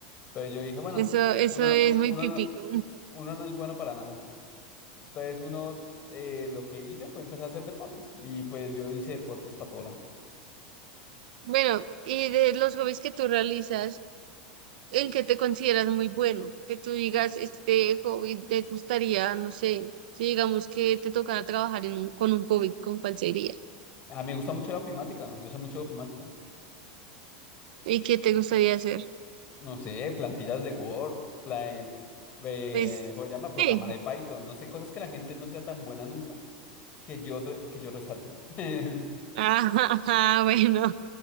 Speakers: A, on the left (about 35°); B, on the right (about 75°).
A: Entonces yo dije, bueno,
B: Eso, eso
A: uno,
B: es
A: uno,
B: muy
A: uno
B: típico.
A: no uno no es bueno para nada. Entonces uno eh, lo que hice fue empezar a hacer deportes y pues yo hice deportes para todo lado.
B: Bueno, y de los hobbies que tú realizas, en qué te consideras muy bueno, que tú digas, este hobby te gustaría, no sé, si digamos que te tocara trabajar en un, con un hobby, con pancería,
A: Ah, me gusta mucho la ofimática, yo sé mucho de ofimática.
B: y qué te gustaría hacer.
A: No sé, plantillas de Word, pla- eh, eh,
B: Pues
A: ¿cómo se llama? Programar
B: sí,
A: de Python, no sé, cosas que la gente no sea tan buena nunca que yo, re- que yo resalte. <laughs>
B: ah, <laughs> bueno,